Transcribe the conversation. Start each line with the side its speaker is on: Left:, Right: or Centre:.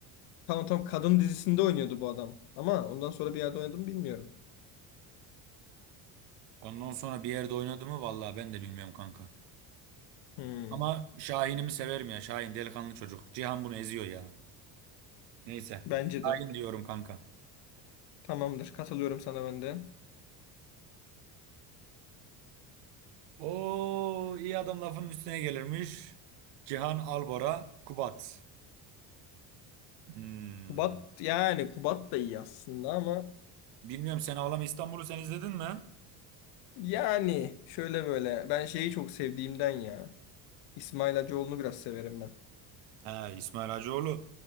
Left: Tamam tamam kadın dizisinde oynuyordu bu adam. Ama ondan sonra bir yerde oynadı mı bilmiyorum.
Right: Ondan sonra bir yerde oynadı mı vallahi ben de bilmiyorum kanka.
Left: Hmm,
Right: Ama Şahin'imi severim ya. Şahin delikanlı çocuk. Cihan bunu eziyor ya. Neyse.
Left: Bence de.
Right: Şahin diyorum kanka.
Left: Tamamdır. Katılıyorum sana ben de.
Right: O iyi adam lafının üstüne gelirmiş. Cihan Albora Kubat. Hmm.
Left: Kubat yani Kubat da iyi aslında ama
Right: Bilmiyorum Sen Ağlama İstanbul'u sen izledin mi?
Left: yani şöyle böyle ben şeyi çok sevdiğimden ya. İsmail Hacıoğlu'nu biraz severim ben.
Right: He, İsmail Hacıoğlu.